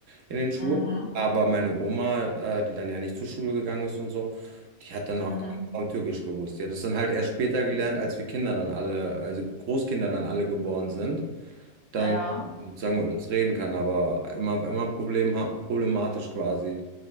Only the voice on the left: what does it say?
Mhm.
Mhm.
Ja.
Ja.